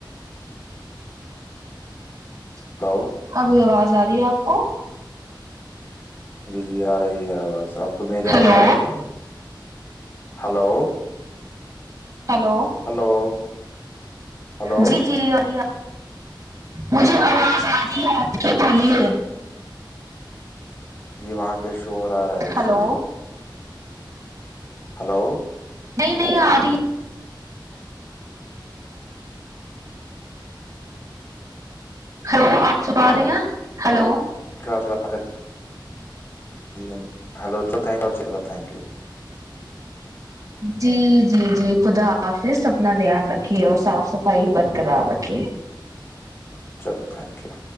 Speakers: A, on the right; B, on the left.
A: <inaudible>
B: <unintelligible>
A: ابھی آواز آ رہی ہے آپ کو
B: جی جی آ رہی ہے آواز آپ کو میری
A: ہلو
B: آواز آ رہی ہے ہلو
A: ہیلو
B: ہلو ہلو
A: جی جی جی آرہی ہے مجھے آواز آ رہی آپ کی بولیے
B: جی وہاں پہ شور آ رہا ہے
A: ہلو
B: شور ہلو
A: نہیں نہیں آ رہی ہلو آپ سب آ رہے ہیں ہلو
B: آپ سے جی ہلولو تھینک یو آپ سےلو تھینک یو
A: جی جی جی خدا حافظ اپنا دھیان رکھیے اور صاف صفائی برقرار رکھیے
B: چلو تھینک یو